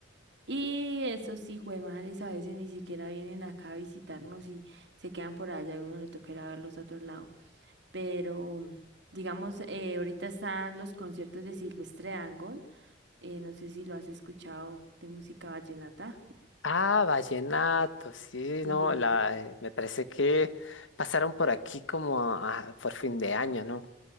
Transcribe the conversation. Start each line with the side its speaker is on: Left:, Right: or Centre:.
Right: Y esos hijuemadres a veces ni siquiera vienen acá a visitarnos y se quedan por allá y uno le toca ir a verlos a otro lado. Pero, mm, digamos, eh, ahorita están los conciertos de Silvestre Dangond. eh, no sé si lo has escuchado de música vallenata.
Left: Ah, vallenato, sí,
Right: Mm.
Left: no, la, eh, me parece que pasaron por aquí como a- por fin de año, ¿no?